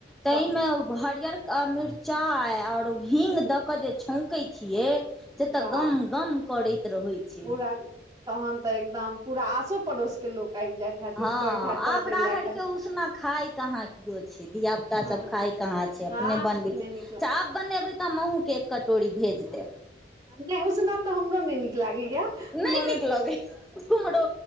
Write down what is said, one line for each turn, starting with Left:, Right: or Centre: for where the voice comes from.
Centre: तैमे
Right: वाह
Centre: हरियर आ मिर्चाइ और हिंग दऽ कऽ जे छौकै छियै जे तऽ
Right: वाह
Centre: गम गम करैत रहै छै
Right: पूरा तहन तऽ एकदम पूरा आसो पड़ोस के लोक आबि जाइत हैत
Centre: हँ
Right: कहैत हैत दऽ
Centre: आब
Right: दै
Centre: राहैइर
Right: लए कनि
Centre: के उसना खाय कहाँ किओ छै धिया पुता
Right: हँ
Centre: सब खाय कहाँ छै
Right: हँ
Centre: अपने बनबै
Right: नहि
Centre: छी
Right: नीक
Centre: अच्छा
Right: लाग
Centre: आब बनेबै तऽ हम के एक कटोरी भेज देब
Right: नहि ओ सुनाब तऽ हमरो न नीक ल
Centre: नहि
Right: मगर
Centre: नीक लगै कुम्हरो